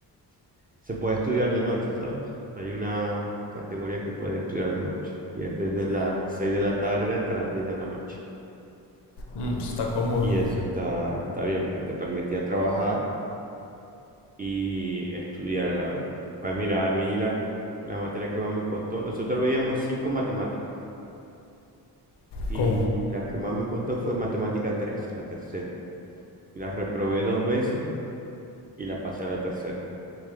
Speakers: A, on the right (about 25°); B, on the left (about 70°).
A: se puede estudiar de noche, ¿sabes? Hay una categoría que puedes estudiar de noche y es desde las 6 de la tarde hasta las 10 de la noche.
B: Mm, pues, está cómodo.
A: Y eso está, está bien porque te permitía trabajar y estudiar a la vez. Pues mira, a mí la, la materia que más me costó, nosotros veíamos cinco matemáticas y
B: ¿Cómo?
A: la que más me costó fue matemática 3, la tercera. La reprobé dos veces y la pasé a la tercera.